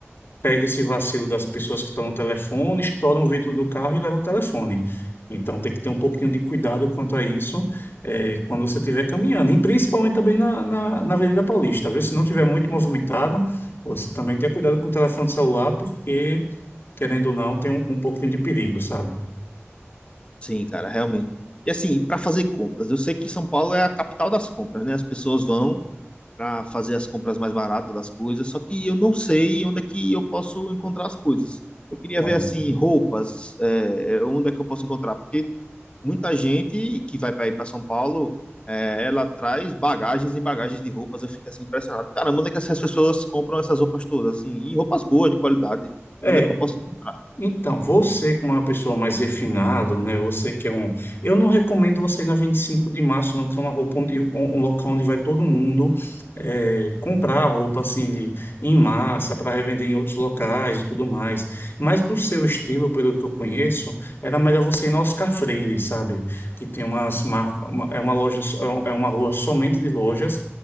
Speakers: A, on the left; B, on the left.
A: pega esse vacilo das pessoas que estão no telefone, estoura o vidro do carro e leva o telefone. Então tem que ter um pouquinho de cuidado quanto a isso é, quando você estiver caminhando, e principalmente também na, na, na Avenida Paulista, viu? Se não tiver muito movimentado, você também tenha cuidado com o telefone celular, porque, querendo ou não, tem um, um pouquinho de perigo, sabe?
B: Sim, cara, realmente. E assim, para fazer compras, eu sei que São Paulo é a capital das compras, né? As pessoas vão para fazer as compras mais baratas das coisas, só que eu não sei onde é que eu posso encontrar as coisas. Eu queria
A: Pronto.
B: ver assim roupas, é, onde é que eu posso encontrar, porque muita gente que vai para ir para São Paulo, é, ela traz bagagens e bagagens de roupas. Eu fico assim impressionado. Caramba, onde é que essas pessoas compram essas roupas todas? Assim, e roupas boas, de qualidade.
A: É,
B: Onde é que eu posso encontrar?
A: Então, você como uma pessoa mais refinada, né? Você que é um... Eu não recomendo você ir na 25 de março, não, que é uma roupa onde... Um um local onde vai todo mundo é, comprar roupa, assim, de... em massa, para revender em outros locais e tudo mais. Mas do seu estilo, pelo que eu conheço, era melhor você ir na Oscar Freire, sabe? Que tem umas marcas... Uma... É uma loja... só- É um- é uma rua somente de lojas,